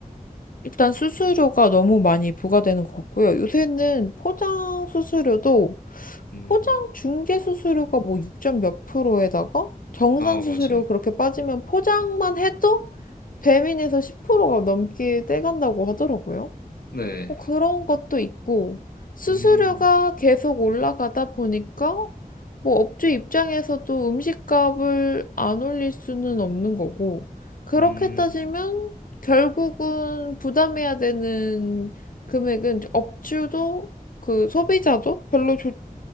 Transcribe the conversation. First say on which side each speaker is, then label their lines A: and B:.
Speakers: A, on the left; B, on the left.
A: 일단 수수료가 너무 많이 부과되는 것 같고요. 요새는 포장 수수료도
B: 음.
A: 포장 중개 수수료가 뭐 6점 몇 프로에다가 정산
B: 어,
A: 수수료
B: 맞아요.
A: 그렇게 빠지면 포장만 해도 배민에서 10%가 넘게 떼간다고 하더라고요.
B: 네.
A: 뭐 그런 것도 있고, 수수료가
B: 음,
A: 계속 올라가다 보니까, 뭐 업주 입장에서도 음식값을 안 올릴 수는 없는 거고, 그렇게
B: 음.
A: 따지면 결국은 부담해야 되는 금액은 업주도 그 소비자도 별로 좋